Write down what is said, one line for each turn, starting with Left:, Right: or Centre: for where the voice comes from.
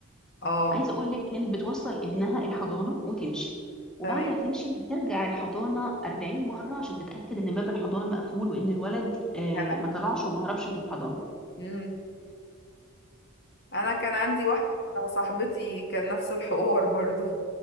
Left: اه
Centre: عايزه اقول لك كانت بتوصل ابنها الحضانه وتمشي وبعد
Left: تمام
Centre: ما تمشي بترجع الحضانه 40 مره عشان تتاكد ان باب الحضانه مقفول وان الولد آه،
Left: يا هلا
Centre: ما طلعش وما هربش من الحضانه
Left: مم. انا كان عندي واحدة صاحبتي كان نفس الحوار برضو